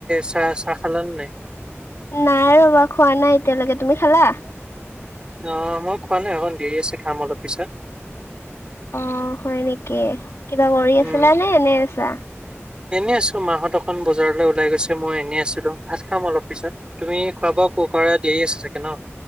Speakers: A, on the right; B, on the left.
A: চাহ চাহ খালানে নাই?
B: নাই ৰবা খোৱা নাই এতিয়ালৈকে, তুমি খালা?
A: অ মই খোৱা নাই অকণ দেৰি আছে খাম অলপ পিছত।
B: অ হয় নেকি কিবা কৰি
A: উম
B: আছিলা নে এনে আছা?
A: এনেই আছোঁ, মাহত অকণ বজাৰলৈ ওলাই গৈছে মই এনেই আছিলোঁ। ভাত খাম অলপ পিছত। তুমি খোৱা বোৱা কৰা দেৰি আছে চাগে ন?